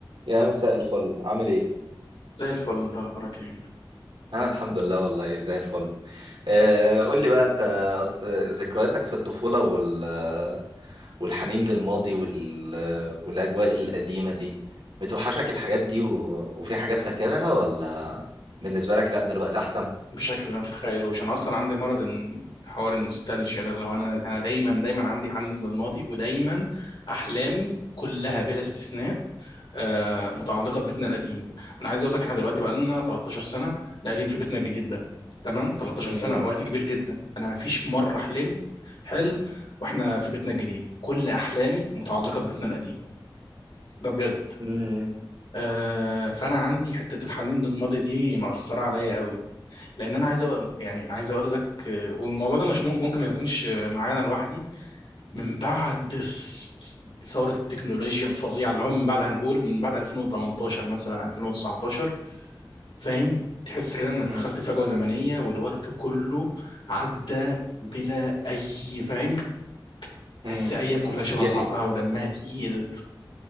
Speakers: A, on the right; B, on the left.
A: يا مساء الفل عامل ايه؟
B: زي الفل انت اخبارك ايه
A: انا الحمد لله والله زي الفل آه، قول لي بقى انت أص- آه، ذكرياتك في الطفولة وال آه، والحنين للماضي وال آه، والاجواء القديمة دي بتوحشك الحاجات دي و... وفي حاجات فاكرها ولا بالنسبة لك لا دلوقتي احسن
B: بشكل ما تتخيلوش انا اصلا عندي مرض ان- حوار النوستالجيا ده اللي هو انا انا دايما دايما عندي حنين للماضي ودايما احلامي كلها بلا استثناء آه، متعلقه ببيتنا القديم انا عايز اقول لك احنا دلوقتي
A: <laughs>
B: بقى لنا 13 سنه ناقلين في بيتنا الجديد ده تمام 13
A: مم.
B: سنه وقت كبير جدا انا ما فيش مره حلمت حلم واحنا في بيتنا الجديد كل احلامي متعلقه ببيتنا القديم ده بجد
A: مم.
B: آه، فانا عندي حته الحنين للماضي دي مأثره عليا قوي لان انا عايز اقول يعني عايز اقول لك آه، والموضوع ده مش مم- ممكن ما يكونش آه، معانا لوحدي من بعد الس- ثوره التكنولوجيا الفظيعه اللي هو من بعد هنقول من بعد 2018 مثلا 2019 فاهم تحس كده انك
A: مم.
B: دخلت فجوه زمنيه والوقت كله عدى بلا اي فاهم حس
A: مم.
B: ايام كلها شبه
A: جري
B: بعضها ودمها تقيل